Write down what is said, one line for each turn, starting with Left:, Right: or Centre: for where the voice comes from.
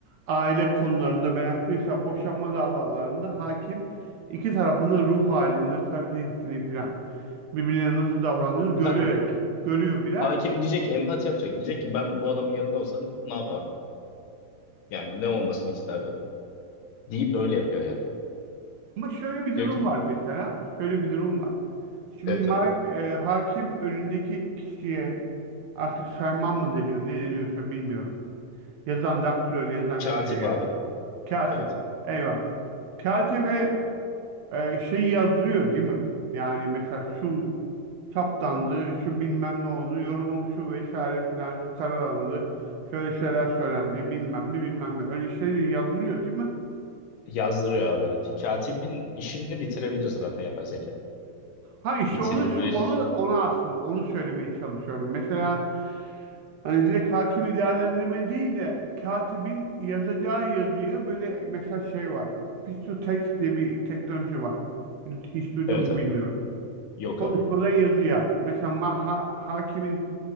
Right: Aile konularında ben mesela boşanma davalarında hakim iki tarafın da ruh halini nasıl hareket ettiğini filan birbirlerine nasıl davrandığını görerek
Left: Ya,
Right: görüyor biraz.
Left: hakim diyecek, empati yapacak. Diyecek ki ben bu adamın yanında olsam ne yapardım? Yani ne olmasını isterdim? Deyip öyle yapıyor yani.
Right: Ama şöyle bir
Left: Diyor
Right: durum
Left: ki
Right: var mesela. Şöyle bir durum var. Şimdi
Left: evet abi.
Right: ma- e, hakim önündeki kişiye artık sayman mı deniyor ne deniyorsa bilmiyorum. Yazan daktiloyla yazan
Left: Katip
Right: kişiye yani.
Left: abi.
Right: Katip.
Left: Katip.
Right: Eyvallah. Katibe e, şeyi yazdırıyor değil mi? Yani mesela şu saptandı, şu bilmem ne oldu, yorumum şu vesaire filan, şu karar alındı, şöyle şeyler söylendi, bilmem ne bilmem ne. Öyle şeyleri yazdırıyor değil mi?
Left: Yazdırıyor abi evet. Katibin işini bitirebilir zaten yapay zeka.
Right: Ha işte
Left: Bitirir.
Right: onu, onu, onu aslında onu söylemeye çalışıyorum. Mesela hani direkt hakimi değerlendirme değil de katibin yazacağı yazıyı böyle mesela şey var. Speech to text diye bir teknoloji var. Hiç duydun
Left: Evet
Right: mu
Left: abi.
Right: bilmiyorum.
Left: Yok
Right: Konuşmadan
Left: abi.
Right: yazıya. Mesela ma- ha- hakimin